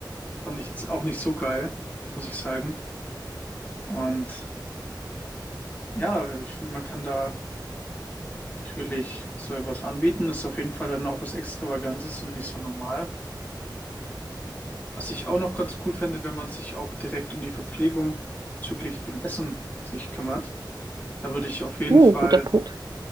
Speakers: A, on the left; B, on the right.
A: Das fand ich jetzt auch nicht so geil, muss ich sagen. Und ja, ich finde, man kann da natürlich so etwas anbieten. Ist auf jeden Fall dann auch was Extravagantes und nicht so normal. Was ich auch noch ganz cool fände, wenn man sich auch direkt um die Verpflegung bezüglich dem Essen sich kümmert. Da würde ich auf jeden
B: uh,
A: Fall
B: guter Punkt.